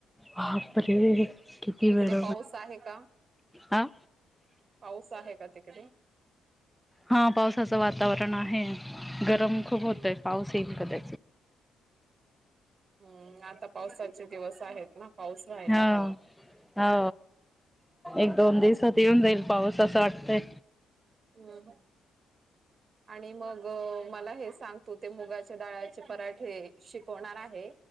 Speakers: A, in the centre; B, on the right.
A: बापरे किती
B: तिकडे
A: वेळ
B: पाऊस आहे का
A: हा
B: पाऊस आहे का तिकडे
A: हा पावसाचं वातावरण आहे. हे गरम खूप
B: हम्म
A: होत आहे पाऊस येईल कदा
B: हम्म आता पावसाचे दिवस आहेत ना? पाऊस व्हायला
A: हा
B: हवा
A: हा एक दोन दिस त येऊन जाईल पाऊस असं वाटतंय.
B: हम् आणि मग मला हे सांगतो ते मुगाच्या डाळाचे पराठे शिकवणार आहे